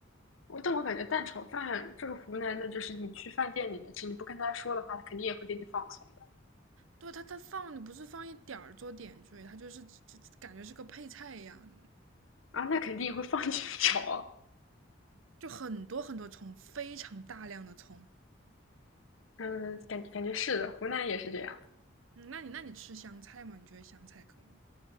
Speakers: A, on the left (about 80°); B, on the right (about 80°).
A: 我但我感觉蛋炒饭这个湖南的，就是你去饭店里面吃，你不跟他说的话，他肯定也会给你放葱的
B: 对，它它放的不是放一点儿做点缀，它就是就感觉是个配菜一样，
A: 啊，那肯定也会放 <laughs> 进去炒。
B: 就很多很多葱，非常大量的葱。
A: 嗯，感感觉是的，湖南也是这样。
B: 嗯，那你那你吃香菜吗？你觉得香菜可以吗？